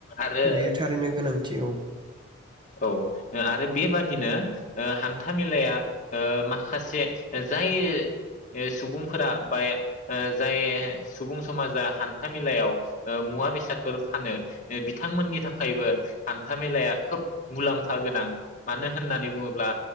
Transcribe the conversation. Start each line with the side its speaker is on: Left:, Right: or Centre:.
Left: आरो
Right: बे थारैनो गोनांथि औ।
Left: औ ओ आरो बेबादिनो ओ हान्था मेलाया ओ माखासे जाय सुबुंफोरा बा जाय ओ सुबुं समाजा हान्था मेलायाव ओ मुवा बेसादफोर फानो ओ बिथांमोननि थाखायबो हान्था मेलाया खोब मुलाम्फा गोनां मानो होननानै बुङोब्ला